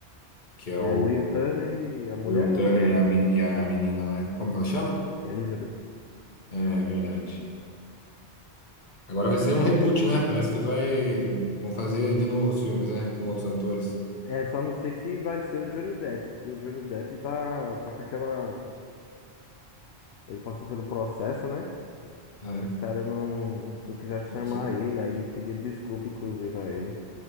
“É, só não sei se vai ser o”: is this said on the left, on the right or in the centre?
Left